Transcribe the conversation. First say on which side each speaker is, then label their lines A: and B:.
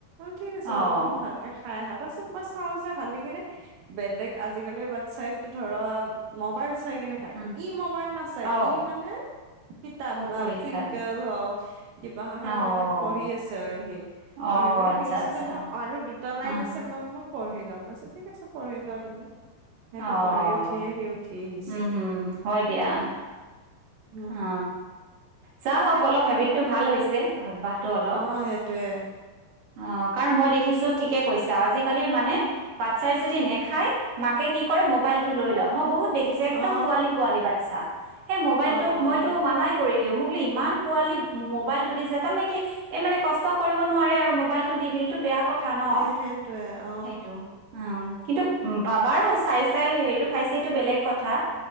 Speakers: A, on the right; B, on the right.
A: ঠিক আছে
B: অ'
A: হ'ব তুমি ভালকে খাই আহা। তাৰ পিছত মই চাওঁ যে ভালি কিনে বেলেগ আজিকালিৰ বাচ্ছাই ধৰা মবাইল। চাই কিনে খায়
B: উম,
A: ই মোবাইল নাচাই
B: অ'
A: ই মানে কিতাপ
B: পুখুৰী
A: টুইংকলেল
B: চাই
A: হওক কিবা হওক
B: অ'
A: সেনেকুৱা এাই পঢ়ি আছে আৰু সি
B: অ'
A: পঢ়ি পঢ়ি
B: আচ্ছা
A: সি হৈছে
B: আচ্ছা
A: <unintelligible> যে মোৰ আৰু দুটা লাইন
B: উম,
A: আছে মেম মই পঢ়ি লম <inaudible> ঠিক আছে পঢ়ি লোৱা তুমি সেইটো
B: অ'
A: পঢ়ি উঠিয়ে সি উঠি আহিছে
B: উম হম হয় দিয়া
A: উম
B: অ চা হক
A: সেনেকুৱা
B: অলপ হেবিটটো
A: হ'লে
B: ভাল হৈছে অভ্যয়াহটো অলপ
A: অ সেইটোয়ে
B: অ কাৰণ মই দেখিছো ঠিকে কৈছা আজিকালিৰ মানে বাচ্ছাই যদি নেখাই মাকে কি কৰে মোবাইলটো লৈ লওঁ মই বহুত দেখিছে একদম
A: অ
B: পোৱালি পোৱালি বাচ্ছা উ সেই মোবাইলটোক
A: অ অ
B: মইতো মানাই কৰি দে মোক বোলে ইমান পোৱালি মোবাইল টো দিছে তাৰমানে কি এই মানে কষ্ট কৰিব নোৱাৰে আৰু মোবলটো দিদিলে <unintelligible> বেয়া কথা ন
A: এ সেইটোয়ে অ
B: সেইটো উম কিন্তু পাবাৰু চাই চাই সেইটো খাইছে এইটো বেলেগ কথা